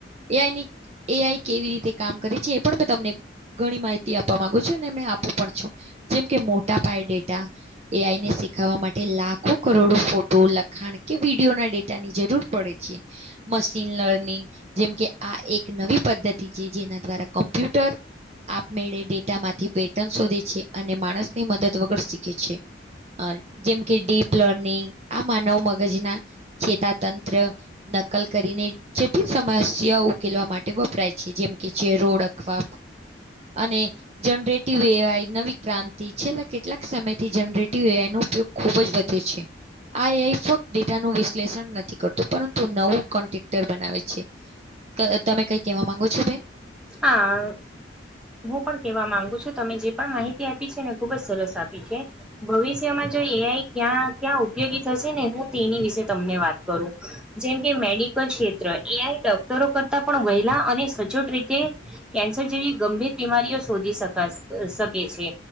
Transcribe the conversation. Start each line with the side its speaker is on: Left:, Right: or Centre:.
Right: એ આઈની એઆઈ કેવી રીતે કામ કરે છે એ પણ મેં તમને ઘણી માહિતી આપવા માંગુ છું અને અમે આપું પણ છું. જેમ કે મોટા પાય ડેટા એઆઈને શીખવા માટે લાખો કરોડો ફોટો લખાણ કે વિડીયો ના ડેટા ની જરૂર પડે છે મશીન લર્નિંગ જેમકે આ એક નવી પદ્ધતિ છે જેના દ્વારા કોમ્પ્યુટર આપમેળે ડેટા માંથી પેટર્ન શોધે છે. અને માણસ ની મદદ વગર શીખે છે. અ જેમ કે ડીપ લર્નિંગ આ માનવ મગજ ના ચેતા તંત્ર નકલ કરીને જેટલી સમસ્યા ઉકેલવા માટે વપરાય છે જેમ કે છે ચેરો ઓડખવા. અને જનરેટિવ એ આઈ નવી ક્રાંતિ છેલ્લા કેટલાક સમયથી જનરેટી એનો ઉપયોગ ખૂબ જ વધ્યો છે. આ એ આઈ ફક્ત ડેટાનું વિશ્લેષણ નથી કરતું પરંતુ નવું કોન્ટેક્ટર બનાવે છે. તમે કઈ કેવા માંગો છો બેન?
Centre: હા હું પણ કેવા માંગુ છું તમે જે પણ માહિતી આપી છે ને ખુબ જ સરસ આપી છે ભવિષ્યમાં જો એ આઈ ક્યાં ક્યાં ઉપયોગી થશે ને હું તેની વિશે તમને વાત કરું જેમ કે મેડિકલ ક્ષેત્ર એઆઈ ડોક્ટરો કરતા પણ વહેલા અને સચ્ચો ટ્રીટ તે કેન્સર જેવી ગંભીર બીમારીઓ શોધી સકાસે શકે છે